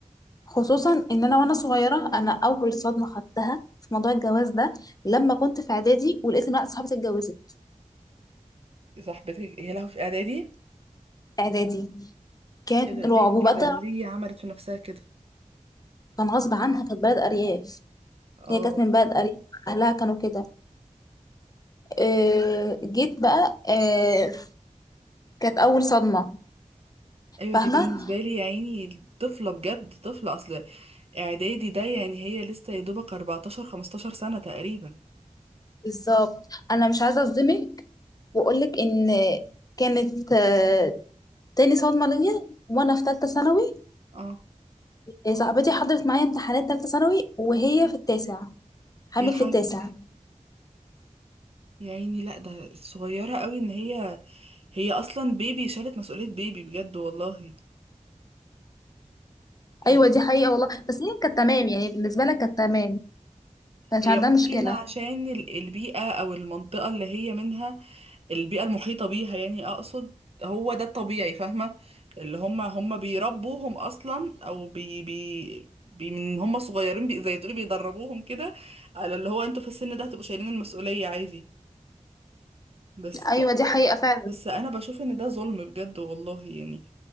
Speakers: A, on the left; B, on the right.
A: خصوصا ان انا وانا صغيره انا اول صدمه خدتها في موضوع الجواز ده لما كنت في اعدادي ولقيت ان واحده صاحبتي اتجوزت
B: صاحبتك هي لها في إعدادي
A: اعدادي كان
B: ايه ده ليه
A: رعب وبقى
B: كده ليه عملت في نفسها كده
A: كان غصب عنها كانت بلد ارياف
B: اه
A: هي كانت من بلد ارياف اهلها كانوا كده آه، جيت بقى آه، كانت اول صدمه
B: ايوه
A: فاهمه
B: دي بالنسبه لي يا عيني طفله بجد طفله اصل اعدادي ده يعني هي لسه يا دوبك 14 15 سنه تقريبا
A: بالظبط انا مش عايزه اصدمك واقولك ان كانت آه، تاني صدمه ليا وانا في ثالثه ثانوي
B: اه
A: آه، صاحبتي حضرت معايا امتحانات ثالثه ثانوي وهي في التاسع حامل
B: يا حبيبتي
A: في التاسع
B: يا عيني لا ده صغيره قوي ان هي هي اصلا بيبي شالت مسؤوليه بيبي بجد والله يعني
A: ايوه دي حقيقه والله بس هي كانت تمام يعني بالنسبه لها كانت تمام ما كانش
B: هي
A: عندها مشكله
B: ممكن عشان ال- البيئه او المنطقه اللي هي منها البيئة المحيطة بيها يعني أقصد هو ده الطبيعي فاهمة اللي هم هم بيربوهم أصلا أو بي بي بي من هم صغيرين بي زي تقولي بيدربوهم كده على اللي هو انتوا في السن ده هتبقوا شايلين المسؤولية عادي بس
A: ايوه دي حقيقه فعلا
B: بس أنا بشوف إن ده ظلم بجد والله يعني